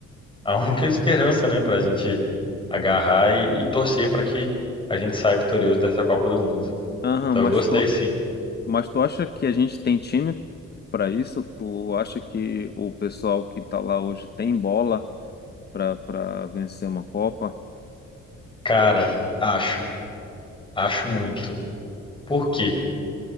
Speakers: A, on the left; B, on the left.
A: a <laughs> única esperança, né, para a gente agarrar e, e torcer para que a gente saia vitorioso dessa Copa do Mundo.
B: Aham,
A: Então,
B: mas
A: eu gostei
B: tu,
A: sim.
B: mas tu acha que a gente tem time para isso? Tu acha que o pessoal que tá lá hoje tem bola para para vencer uma Copa?
A: Cara, acho, acho muito. Por quê?